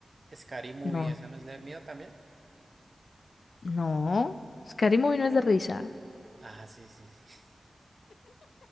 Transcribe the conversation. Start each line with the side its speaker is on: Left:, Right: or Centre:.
Right: Scary Movie,
Left: No,
Right: ¿esa no es de miedo también?
Left: no, Scary Movie no es de risa.
Right: Ah, sí, sí, sí. <laughs>